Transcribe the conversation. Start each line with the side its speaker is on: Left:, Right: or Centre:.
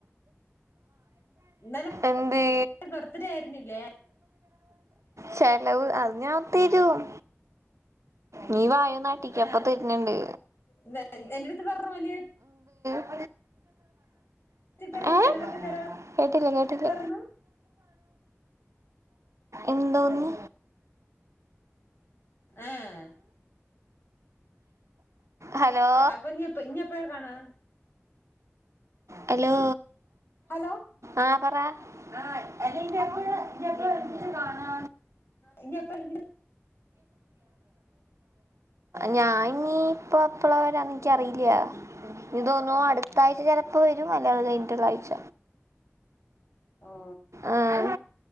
Left: ഇന്നെല
Right: എന്ത്
Left: ബർത്ത്ഡേ ആയിരുന്നില്ലേ
Right: ചെലവ് അത് ഞാൻ ത്തെരും നീ വായ നാട്ടിക്കൊ അപ്പ തെര്ന്ന്ണ്ട്
Left: ന്ന <unintelligible> എന്റെ അടുത്ത് പറഞ്ഞ വലിയ
Right: <inaudible>
Left: പറഞ്ഞ്
Right: ആഹ്
Left: ചെലവൊക്കെ തരാ
Right: കേട്ടില്ല കേട്ടില
Left: പറഞ്ഞു
Right: എന്തോന്ന്
Left: ആഹ്
Right: ഹലോ
Left: അപ്പൊ ഇനി ഇനി എപ്പഴാ കാണാ
Right: ഹലോ
Left: ഹലോ
Right: ആഹ് പറ ആഹ് അല്ലെങ്ക <unintelligible> എപ്പഴ് <unintelligible> കാണ
Left: ഇഞ്ഞ്യ എപ്പണ്ട്
Right: ഞാൻ നിപ്പൊ പ്ലാ <unintelligible> ഇൻക്ക്യറീല്ല ഇഞ്ഞ് തോന്ന്ന്നു അടുത്താഴ്ച ചെലപ് ഇപ്പൊ ഒരു കല്യാണം കഴിഞ്ഞ് ട്ടൊരാഴ്ച
Left: ഓ
Right: ആഹ്